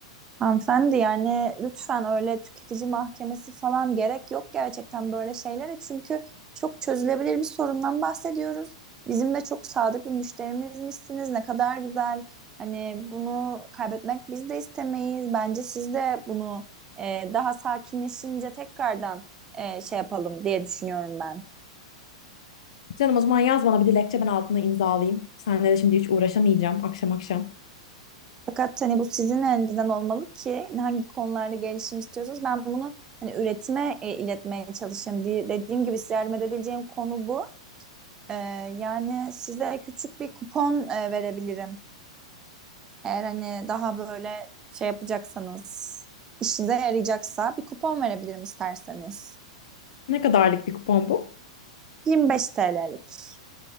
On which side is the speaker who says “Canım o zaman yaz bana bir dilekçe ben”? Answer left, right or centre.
Left